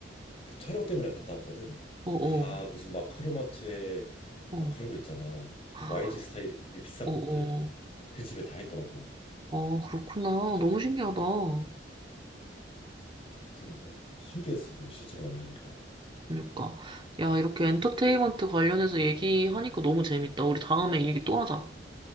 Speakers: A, on the left (about 35°); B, on the right (about 25°).
A: 그 촬영 때문에 갔다 왔거든.
B: 어, 어,
A: 다 무슨 막 크로마트에
B: 어.
A: 막 그런 거 있잖아.
B: <gasps> 아,
A: YG 스타일의 비싼
B: 어, 어.
A: 것들. 그 집에 다 있더라고.
B: 아 그렇구나. 너무
A: 음,
B: 신기하다. 어.
A: 응, 응. 아무튼, 어, 신기했어. 되게 실제로 만나니까.
B: 그러니까. 야, 이렇게 엔터테인먼트 관련해서 얘기하니까 너무 재밌다. 우리 다음에 얘기 또 하자.